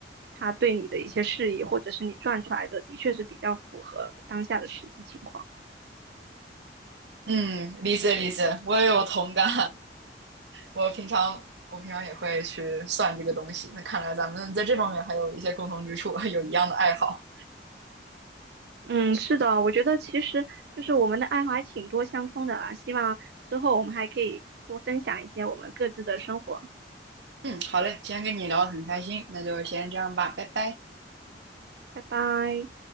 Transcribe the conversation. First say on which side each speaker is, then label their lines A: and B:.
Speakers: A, on the right; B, on the right.
A: 它对你的一些示意，或者是你转出来的的确是比较符合当下的实际情况。
B: 嗯，理解理解，我也有同感。我平常我平常也会去算这个东西。那看来咱们在这方面还有一些共同之处，<laughs> 有一样的爱好。
A: 嗯，是的，我觉得其实就是我们的爱好还挺多相通的啦。希望之后我们还可以多分享一些我们各自的生活。
B: 嗯，好嘞，今天跟你聊得很开心，那就先这样吧，拜拜。
A: 拜拜。